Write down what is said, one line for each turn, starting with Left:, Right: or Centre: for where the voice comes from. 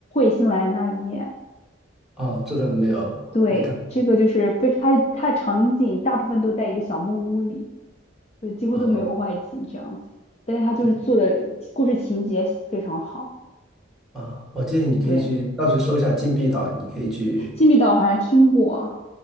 Left: 《彗星来的那一夜》。
Centre: 哦，这个没有没看过
Left: 对，这个就是非它它场景大部分都在一个小木屋里，就几乎都没有外景这样子。
Centre: 啊，哦
Left: 但是它就是做的故事情节非常好。
Centre: 对啊，我建议你可以去，
Left: 对，
Centre: 到时搜一下《禁闭岛》，你可以去
Left: 《金密岛》我好像听过。